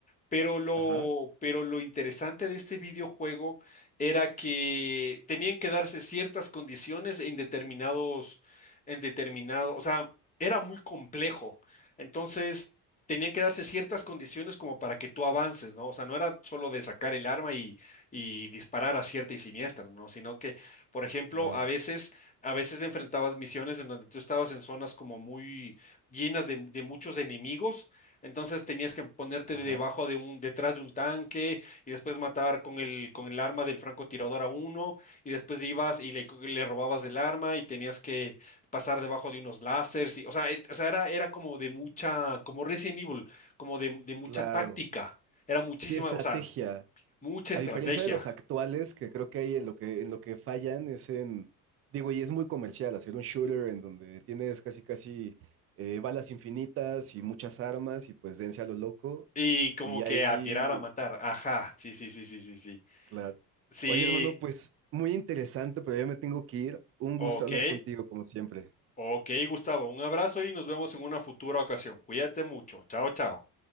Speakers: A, on the left; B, on the right.
A: pero lo,
B: Ajá,
A: pero lo interesante de este videojuego era que tenían que darse ciertas condiciones en determinados, en determinado, o sea, era muy complejo. Entonces, tenían que darse ciertas condiciones como para que tú avances, ¿no? O sea, no era solo de sacar el arma y, y disparar a cierta y siniestra, ¿no? Sino que, por ejemplo,
B: claro,
A: a veces, a veces enfrentabas misiones en donde tú estabas en zonas como muy llenas de de muchos enemigos entonces tenías que ponerte
B: ajá,
A: debajo de un, detrás de un tanque y después matar con el, con el arma del francotirador a uno y después ibas y le, co- le robabas el arma y tenías que pasar debajo de unos láseres y, o sea, et- o sea, era, era como de mucha, como Resident Evil, como de, de mucha
B: claro.
A: táctica, era muchísima,
B: Sí, estrategia.
A: o sea, mucha estrategia
B: A diferencia de los actuales, que creo que ahí en lo que, en lo que fallan es en, digo, y es muy comercial, hacer un shooter en donde tienes casi, casi eh, balas infinitas y muchas armas y pues dense a lo loco.
A: y como
B: Y
A: que
B: ahí,
A: a tirar a matar, ajá, sí, sí, sí, sí, sí, sí,
B: claro.
A: sí,
B: Oye, hermano, pues muy interesante, pero ya me tengo que ir. Un
A: ok.
B: gusto hablar contigo, como siempre.
A: Ok, Gustavo, un abrazo y nos vemos en una futura ocasión. Cuídate mucho. Chao, chao.